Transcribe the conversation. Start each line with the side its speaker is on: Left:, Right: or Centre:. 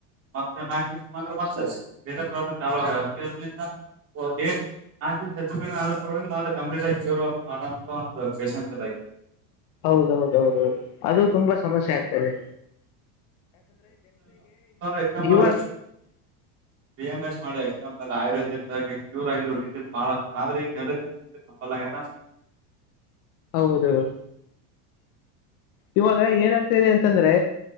Right: ಮತ್ತೆ ನಾಲ್ಕು ದಿನಾ ಬಂದ್ರೆ ಮತ್ತತ್ ಬೇರೆ ಪ್ರಾಬ್ಲಮ್ ಚಲೋ ಆಗ್ತದ ಅದಕ್ಕೆ ಅದ್ರಲ್ಲಿ ಓ ಡೇಟ್ ನಾಲ್ಕು ದಿನ ಹೆಚ್ಚು ಕಡಿಮೆ ಆದ್ರೂ ಪರ್ವಾಗಿಲ್ಲ ಆದ್ರ ಕಂಪ್ಲೀಟ್ ಆಗಿ ಕ್ಯೂರ್ ಮಾಡಿನ ಷನ್ ಚೆಲ
Left: ಹೌದೌದೌದೌದು ಅದು ತುಂಬಾ ಸಮಸ್ಯೆ ಆಗ್ತದೆ
Right: ಎಕ್ಸಾಂಪಲ್
Left: ಇವಾಗ
Right: ಬಿ ಎಂ ಎಸ್ ಮಾಡಿ ಎಕ್ಸಾಂಪಲ್ ಆಯುರ್ವೇದಿಕ್ಗ ಕ್ಯೂರ್ ಆಗಿದ್ದ ಡಿಸೀಸ್ ಬಾಳ ಆದ್ರೆ ಈಗ ಜನ್ರೇಷನ್ ನಲ್ ಆಗ್ಯಾರ
Left: ಹೌದು ಇವಾಗ ಏನಾಗ್ತಾದೆ ಅಂತಂದ್ರೆ